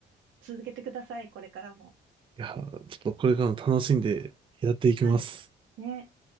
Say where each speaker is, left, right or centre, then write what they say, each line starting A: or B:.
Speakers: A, on the right; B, on the right.
A: 続けてください、これからも。
B: いや、ちょっとこれからも楽しんでやっていきます。
A: はい。ね。